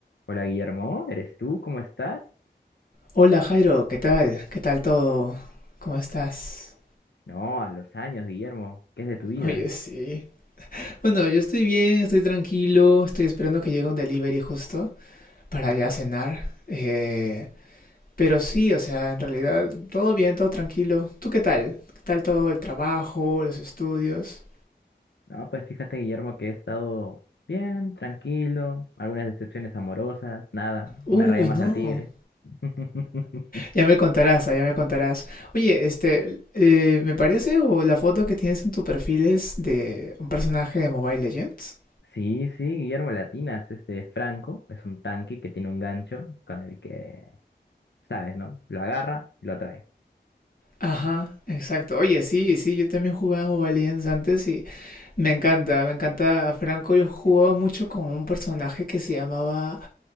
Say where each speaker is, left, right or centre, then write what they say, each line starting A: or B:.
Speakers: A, on the left; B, on the left.
A: Hola Guillermo, ¿eres tú? ¿Cómo estás?
B: Hola Jairo, ¿qué tal? ¿Qué tal todo? ¿Cómo estás?
A: No, a los años, Guillermo, ¿qué es de tu vida?
B: Oye, sí. Bueno, yo estoy bien, estoy tranquilo, estoy esperando que llegue un delivery justo para
A: Ajá.
B: ya cenar. Eh, pero sí, o sea, en realidad todo bien, todo tranquilo. ¿Tú qué tal? ¿Qué tal todo el trabajo, los estudios?
A: No, pues fíjate, Guillermo, que he estado bien, tranquilo, algunas decepciones amorosas, nada,
B: Uy,
A: una raya más
B: no.
A: al tigre. <laughs>
B: Ya me contarás, ah, ya me contarás. Oye, este, eh, me parece o la foto que tienes en tu perfil es de un personaje de Mobile Legends.
A: Sí, sí, Guillermo Latinas, este Franco es un tanque que tiene un gancho con el que, sabes, ¿no? Lo agarra y lo trae.
B: Ajá, exacto. Oye, sí, sí, yo también jugaba Mobile Legends antes y me encanta, me encanta Franco. Yo jugaba mucho con un personaje que se llamaba...